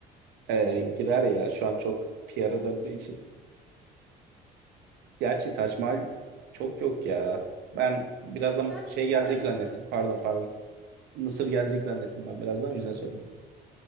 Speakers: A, on the right; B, in the centre.
A: Ee, girer ya şu an çok PR'a döndüğü için. Gerçi Taç Mahal çok yok ya. Ben birazdan
B: Hindistan
A: şey
B: çünkü
A: gelecek
B: orası.
A: zannettim. Pardon pardon. Mısır gelecek zannettim ben birazdan o yüzden söyledim.